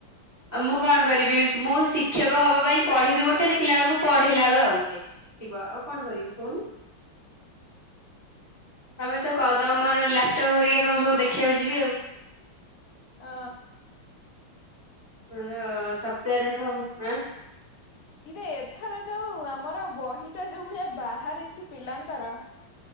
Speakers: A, on the right; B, on the left.
A: ଆଉ ମୁଁ କଣ କରିବି ମୁଁ ଶିକ୍ଷକ ହବା ପାଇଁ ପଢ଼ିବି ଗୋଟେ ଦେଖିଲା ବେଳକୁ ପଢ଼େଇଲା ଳୁ ଆଉ ଗୋଟେ। ଥିବ ଆଉ କଣ କରିବି କହୁନୁ? ତମେ ତ କ ତମର ଲାପଟପ୍ ହେରିକା ତମ ସବୁ ଦେଖିବାକୁ ଯିବି ଆଉ।
B: ଅ।
A: ତମେ ତ ସଫ୍ଟଓୟାର ହେବ ଆଉ ଆଁ।
B: ଇରେ ଏଥର ଯୋଉ ଆମର ବହିଟା ଯୋଉ ଭଳିଆ ବାହାରିଛି ପିଲାଙ୍କର।